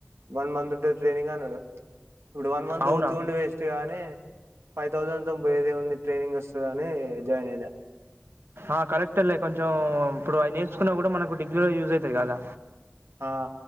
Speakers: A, on the right; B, on the right.
A: వన్ మంత్ ఉంటద్ ట్రైనింగ్ అన్నాడు ఇప్పుడు వన్ మంత్
B: అవునా
A: ఉత్తికుండి వేస్ట్ గాని ఫైవ్ థౌజండ్ తోన్ పోయేదేముంది ట్రైనింగ్ వస్తదని జాయిన్ అయిన
B: ఆ కరెక్ట్ లే కొంచెం ఇప్పుడు అవి నేర్చుకున్న కూడా మనకు డిగ్రీలో యూజ్ అయితది కదా
A: ఆ